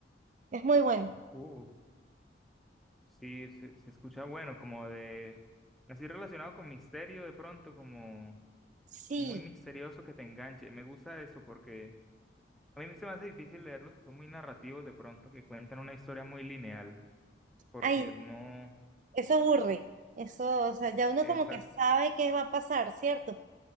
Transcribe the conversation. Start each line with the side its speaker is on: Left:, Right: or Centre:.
Right: Es muy bueno.
Centre: Uh, sí, se, se escucha bueno, como de, así relacionado con misterio de pronto, como...
Right: Sí,
Centre: muy misterioso que te enganche. Me gusta eso porque a mí se me hace difícil leerlos, son muy narrativos de pronto, que cuentan una historia muy lineal, porque
Right: ay,
Centre: no
Right: eso aburre. Eso, o sea, ya uno
Centre: es...
Right: como que
Centre: ac-
Right: sabe qué va a pasar, ¿cierto?